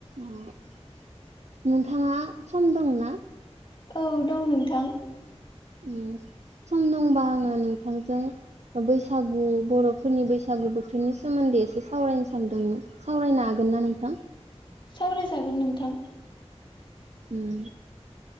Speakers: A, on the right (about 75°); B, on the left (about 45°).
A: अ नोंथाङा सम दंना?
B: औ दं नोंथां।
A: उम सम दंबा आङो नोंथांजों ओ बैसागु बर'फोरनि बैसागु बोथोरनि सोमोन्दै एसे सावरायनो सानदोंमोन। सावरायनो हागोन ना नोंथां?
B: सावरायजागोन नोंथां।
A: उम